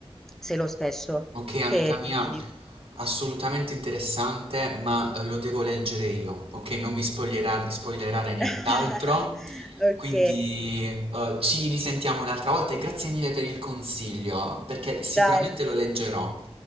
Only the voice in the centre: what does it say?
sei lo stesso
che eri
vent'anni fa.
<laughs> Ok,
dai,